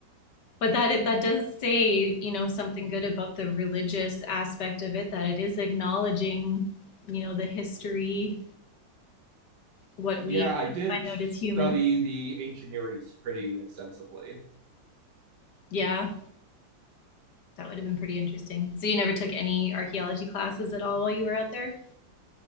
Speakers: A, on the left; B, on the right.
A: but that that does say you know something good about the religious aspect of it. That it is acknowledging you know the history, what we
B: Yeah, I
A: can
B: did
A: find
B: study
A: out as humans.
B: the ancient Near East pretty extensively.
A: Yeah, that would have been pretty interesting. So you never took any archaeology classes at all while you were out there?